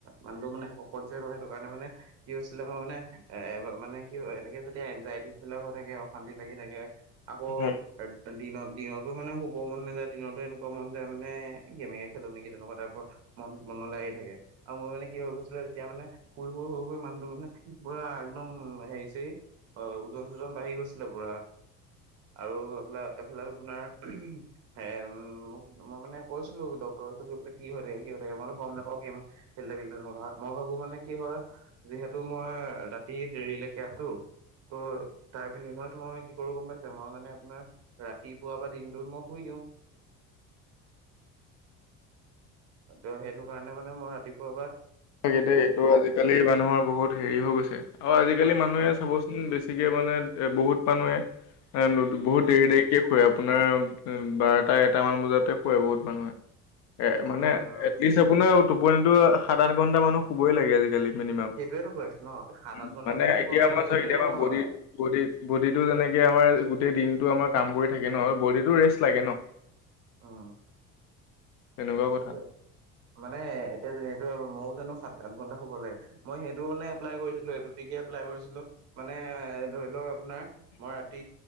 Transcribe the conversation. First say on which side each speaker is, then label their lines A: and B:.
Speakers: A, on the right; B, on the left.
A: মানুহ মানে শকত যে হয় সেইটো কাৰণে মানে কি হৈছিলে মই মানে। এ মানে কি এনেকে যেতিয়া এনজাইটিলাক হৈ থাকে অশান্তি লাগি থাকে আকৌ।
B: হয়।
A: দিনত দিনতো মানে শুব মন নাযায় দিনতো এনেকুৱা মন যায় মানে গেমে খেলো নেকি তেনেকুৱা টাইপৰ। ম মনলৈ আহি থাকে আৰু মোৰ মানে কি হৈ গৈছিলে তেতিয়া মানে। পূ শুই শুই শুই মানুহটো মানে পুৰা একদম হেৰিছেই। হয় ওজন চোজন বাঢ়ি গৈছিলে পুৰা আৰু। <inaudible> এইফিলাক আপোনাৰ <inaudible> হে উ মোক মই মানে কৈছিলো ডক্তৰ ওচৰত গৈ পেলাই কি হৈ থাকে কি হৈ থাকে তকি ম তো গম নাপাও <inaudible> <inaudible> মই ভাবো মানে কি হয়। যিহেতু মই ৰাতি দেৰিলৈকে আছো। ত তাৰ বিনিময়ন মই কি কৰো গম পাইছ মই মানে আপোনাৰ। ৰাতিপুৱা বা দিনটোত মই শুই দিওঁ। ত সেইটো কাৰণে মানে মই ৰাতিপুৱা পা।
B: তাকে দেই এইটো আজিকালি মানুহৰ বহুত হেৰি হৈ গৈছে আৰু আজিকালি মানুহে
A: অ
B: চাব। বেছিকে মানে এ বহুত মানুহে এ
A: উম
B: বহুত দেৰি দেৰি। কে শুৱে আপোনাৰ বাৰটা এটা মান বজাতে শুৱে বহুত মানুহে। এ
A: উম
B: মানে এটলিষ্ট আপোনাৰ টোপনিতো সাত আঠ ঘন্টা মানুহ শুবই লাগে আজিকালি। মিনিমাম
A: সেইটোৱেতো কৈ আছো ন সাত
B: উ
A: আঠ ঘন্টা
B: মানে
A: বুলি শুব
B: এতিয়া
A: নালাগে
B: আমাৰ চ
A: বুলি
B: এতিয়া
A: নহয়
B: আমাৰ বদি। বডিত বডিটো যেনেকে আমাৰ গোটেই দিনতটো আমাৰ কাম কৰি থাকে ন আৰু বডিটো ৰেষ্ট লাগে ন।
A: অঁ।
B: তেনেকুৱা কথা
A: সেইটো মানে এতিয়া <inaudible> সেইটো মইও জানো সাত আঠ ঘন্টা শুব লাগে। মই সেইটো মানে এপ্লাই কৰিছিলো এইটোটিকে এপ্লাই কৰিছিলো মানে এ ধৰি লওক। আপোনাৰ মই ৰাতি